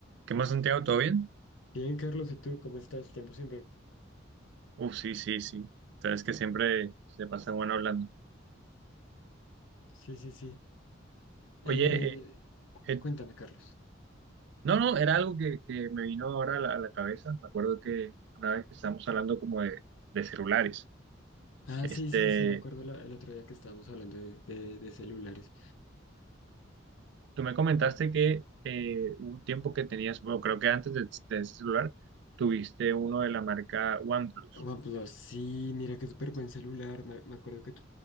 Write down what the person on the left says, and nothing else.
Bien, Carlos, ¿y tú cómo estás? Tiempo sin ver.
Sí, sí, sí. Eh,
cuéntame, Carlos.
Ah,
sí, sí, sí, me acuerdo la- el otro día que estábamos hablando de, de- de celulares.
OnePlus, sí, mira qué súper buen celular. Me, me acuerdo que tú,